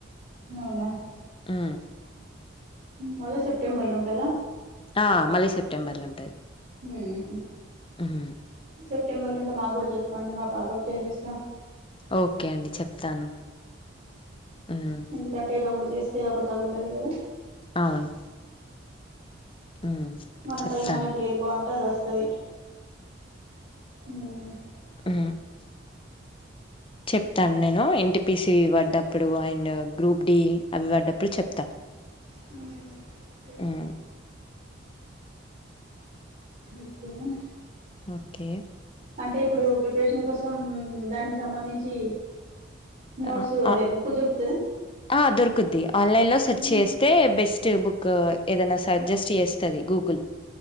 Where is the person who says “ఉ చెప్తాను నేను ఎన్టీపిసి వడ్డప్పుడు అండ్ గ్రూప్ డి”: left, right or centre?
Left